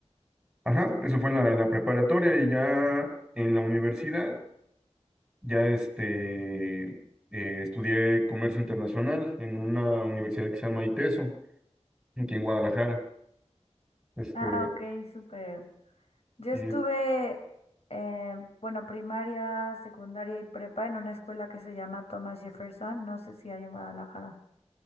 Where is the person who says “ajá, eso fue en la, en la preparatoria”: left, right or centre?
Centre